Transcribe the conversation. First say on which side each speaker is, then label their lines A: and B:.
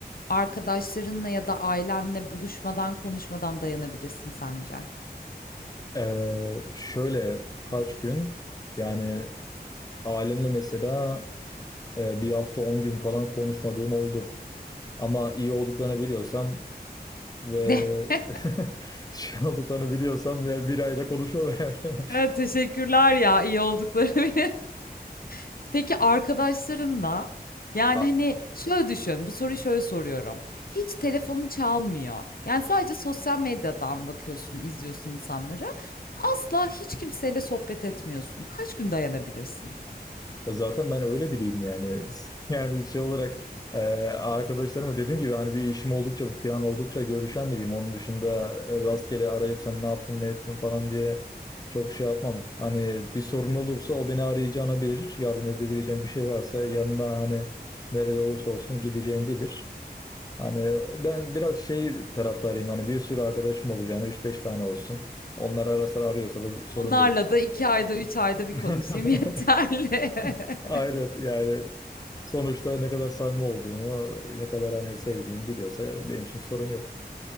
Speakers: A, on the left; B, on the left.
A: arkadaşlarınla ya da ailenle buluşmadan konuşmadan dayanabilirsin sence?
B: Ee, şöyle kaç gün yani ailemle mesela E, bir hafta 10 gün falan konuşmadığım oldu. Ama iyi olduklarını biliyorsam ve
A: <laughs>
B: <laughs> şey olduklarını biliyorsam ya bir ayda konuşuyorlar yani.
A: Evet, teşekkürler ya iyi oldukları. <laughs> Peki arkadaşlarınla,
B: <laughs>
A: yani,
B: A-
A: hani, şöyle düşün, bu soruyu şöyle soruyorum. Hiç telefonun çalmıyor. Yani, sadece sosyal medyadan bakıyorsun, izliyorsun insanları. Asla hiç kimseyle sohbet etmiyorsun. Kaç gün dayanabilirsin?
B: Zaten ben öyle biriyim yani. <laughs> Yani şey olarak e, arkadaşlarıma dediğim gibi hani bir işim oldukça bir plan oldukça görüşen biriyim. Onun dışında e, rastgele arayıp sen ne yaptın ne ettin falan diye çok şey yapmam. Hani bir sorun olursa o beni arayacağını bilir. Yardım edebileceğim bir şey varsa yanına hani nerede olursa olsun gideceğim bilir. Hani ben biraz şey taraftarıyım hani bir sürü arkadaşım olacağını üç beş tane olsun. Onlar ara sıra arıyorsa da sorun
A: Onlarla
B: değil.
A: da 2 ayda, 3 ayda bir
B: <laughs>
A: konuşayım yeterli.
B: Aynen
A: <laughs>
B: yani Sonuçta ne kadar samimi olduğunu, ne kadar hani sevdiğimi biliyorsa benim için sorun yok.